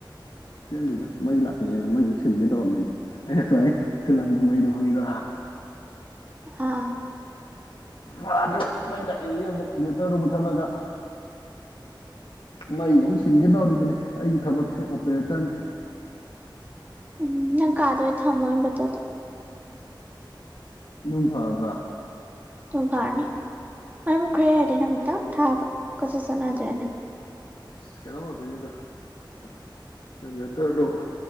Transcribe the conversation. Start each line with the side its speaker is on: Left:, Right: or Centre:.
Left: ꯆꯦꯟꯗꯦꯗ ꯃꯩ ꯂꯥꯛꯑꯦꯅ ꯃꯩ ꯃꯨꯛ ꯁꯤꯟꯒꯦ ꯇꯧꯔꯝꯃꯤꯅꯦ ꯑꯩꯅ ꯉꯁꯥꯏ ꯁꯤꯜꯂꯝꯕ ꯃꯩꯗꯨ ꯈꯪꯉꯤꯗꯅ <inaudible>
Right: ꯑꯥ
Left: ꯋꯥꯗꯨ ꯃꯩ ꯂꯥꯛꯑꯦꯌꯦ ꯑꯃꯨꯛ ꯕꯦꯇ꯭ꯔꯗꯨ ꯃꯨꯊꯠꯂꯒ ꯃꯩ ꯑꯃꯨꯛ ꯁꯤꯟꯒꯦ ꯇꯧꯔꯤꯕꯅꯤ ꯑꯩꯒꯤ ꯊꯕꯛꯁꯦ ꯑꯣꯄ꯭ꯔꯦꯇꯔꯅꯤ
Right: ꯎꯝ ꯅꯪ ꯀꯥꯗ ꯑꯣꯏꯅ ꯊꯝꯃꯣ ꯏꯟꯚꯥꯏꯇ꯭ꯔꯗꯣ
Left: ꯑꯗꯨ ꯐꯔꯗ꯭ꯔꯥ
Right: ꯑꯗꯨꯝ ꯐꯥꯔꯅꯤ ꯃꯩ ꯃꯨꯛꯈ꯭ꯔꯦ ꯍꯥꯏꯔꯗꯤ ꯅꯪꯅ ꯗꯛ ꯊꯥꯕ ꯀꯣꯏꯆꯠ ꯆꯠꯅꯗ꯭ꯔꯦꯅ
Left: ꯑꯁ ꯀꯩꯅꯣ <unintelligible> ꯏꯟꯚꯦꯇꯔꯗꯣ